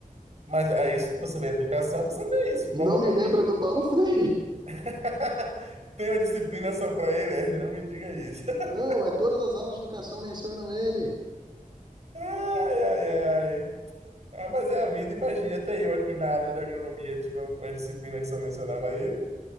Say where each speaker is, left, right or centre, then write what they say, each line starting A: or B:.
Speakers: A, on the right; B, on the right.
A: Mas é isso que você vê educação, você vê isso,
B: Não
A: provavelmente.
B: me lembra do Paulo Freire.
A: <laughs> Tem uma disciplina só para ele? É, não me diga isso. <laughs>
B: Não, é todas as aulas de educação mencionam ele.
A: Ai, ai, ai. Ah, mas é a vida, imagina, até eu aqui na área de agronomia tive uma uma disciplina que só mencionava ele.